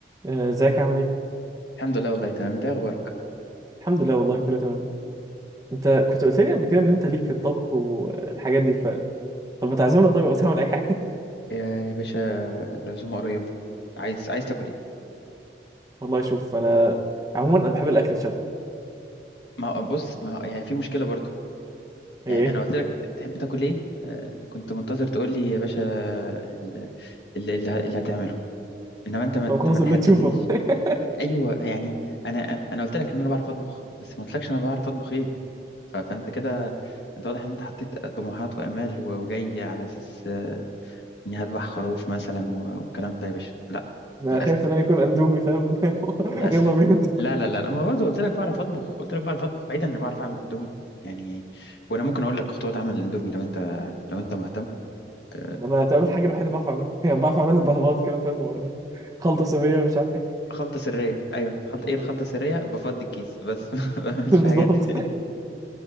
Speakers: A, on the right (about 20°); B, on the left (about 75°).
A: آه، ازيك عامل ايه؟
B: الحمد لله والله تمام انت ايه اخبارك
A: الحمد لله والله كله تمام انت كنت قلت لي قبل كده ان انت ليك في الطبخ والحاجات دي ف طب ما تعزمنا طيب او تعمل اي حاجه
B: يا يا باشا العزومه قريبه عايز عايز تاكل ايه
A: <laughs> والله شوف انا عموما انا بحب الاكل الشعبي
B: ما هو- بص ما هو- يعني في مشكله برضو
A: هي
B: يعني
A: ايه؟
B: انا قلت لك تحب تاكل ايه آه كنت منتظر تقول لي يا باشا ال- ال- اللي ه- اللي هتعمله انما انت ما
A: طب
B: ت-
A: خلاص
B: ما تحددليش
A: اللي تشوفه طيب
B: ايوه يعني انا انا قلت لك ان انا بعرف اطبخ بس ما قلتلكش انا بعرف اطبخ ايه ف- فانت كده انت واضح ان انت حطيت طموحات وامال و- وجاي على اساس آه، اني هذبح خروف مثلا و- والكلام ده يا باشا لا
A: <laughs> انا
B: للاسف
A: خايف ان انا يكون اندومي فاهم <laughs>
B: للاسف
A: يلا بينا
B: لا لا لا لا، ما برضه قلت لك بعرف اطبخ قلت لك بعرف اطبخ بعيدا اني بعرف اعمل اندومي يعني وانا ممكن اقول لك خطوات عمل الاندومي لو انت لو انت مهتم آه،
A: انا تقابل الحاجه الوحيده بعرف اعملها <laughs> يعني بعرف اعملها بهباط كمان فاهم و- خلطه صينيه مش عارف ايه
B: خلطه سريه ايوه خلطه ايه الخلطه السريه بفضي الكيس بس <laughs> ما بعملش
A: <laughs> بالظبط
B: حاجات <laughs>